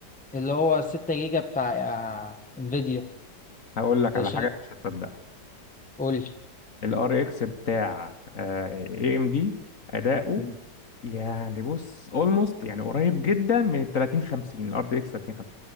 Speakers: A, in the centre; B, on the left.
A: اللي هو 6 جيجا بتاع آه، انفيديا
B: هقول لك على
A: انت شايف
B: حاجه مش هتصدقها
A: قول
B: الار اكس بتاع اي ام دي اداؤه
A: لي
B: يعني بص اولموست يعني قريب جدا من ال 30 50 الار تي اكس 30